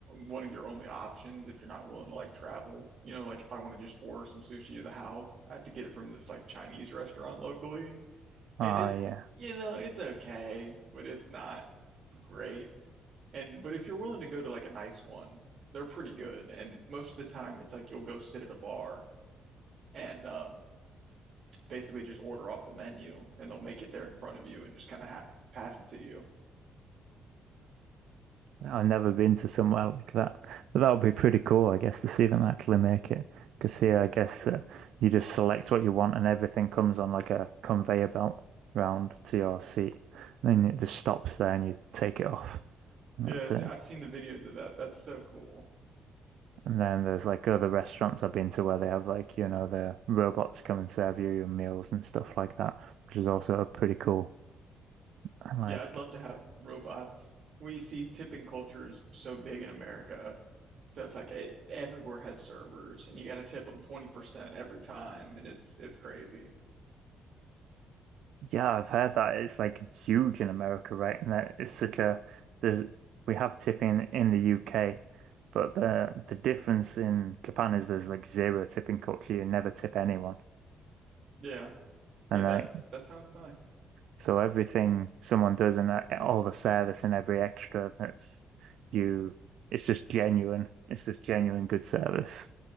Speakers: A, on the right (about 55°); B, on the right (about 75°).
A: one of your only options if you're not willing to like travel. You know, like if I want to just order some sushi to the house, I have to get it from this like Chinese restaurant locally.
B: Oh
A: And it's,
B: yeah.
A: you know, it's okay, but it's not great. And but if you're willing to go to like a nice one, they're pretty good. And most of the time, it's like you'll go sit at a bar and um, basically just order off the menu, and they'll make it there in front of you and just kind of ha pass it to you.
B: I've never been to somewhere like that, but that would be pretty cool, I guess, to see them actually make it. Because here, I guess uh, you just select what you want, and everything comes on like a conveyor belt round to your seat. Then it just stops there, and you take it off, and
A: Yeah,
B: that's
A: it's-
B: it.
A: I've seen the videos of that. That's so cool.
B: And then there's like other restaurants I've been to where they have like you know the robots come and serve you your meals and stuff like that, which is also pretty cool. And like
A: Yeah, I'd love to have robots. We see tipping culture is so big in America. So it's like eh, everywhere has servers and you got to tip them 20% every time and it's it's crazy.
B: Yeah, I've heard that it's like huge in America, right? And that it's such a there's we have tipping in the UK, but the the difference in Japan is there's like zero tipping culture. You never tip anyone,
A: Yeah.
B: and
A: Yeah, that's
B: like
A: that sounds nice.
B: so everything someone does and uh, all the service and every extra that's you, it's just genuine. It's just genuine good service.